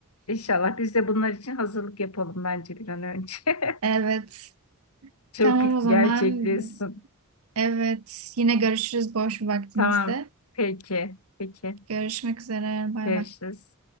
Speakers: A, on the left (about 80°); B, on the right (about 70°).
A: İnşallah biz de bunlar için hazırlık yapalım bence bir an önce. <laughs>
B: Evet.
A: Çok
B: Tamam o zaman.
A: gerçekleşsin.
B: Evet. Yine görüşürüz boş bir vaktimizde.
A: Tamam. Peki. Peki.
B: Görüşmek üzere. Bay
A: Görüşürüz.
B: bay.